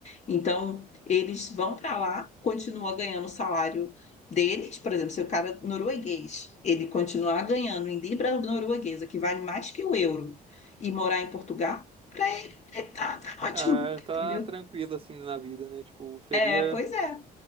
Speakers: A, on the left; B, on the right.
A: Então, eles vão para lá, continuam ganhando o salário deles, por exemplo, se o cara norueguês, ele continuar ganhando em libra norueguesa, que vale mais que o euro, e morar em Portugal, para ele, ele tá, tá ótimo,
B: Ah,
A: entendeu?
B: tá tranquilo, assim, na vida, né? Tipo, seria
A: É, pois é.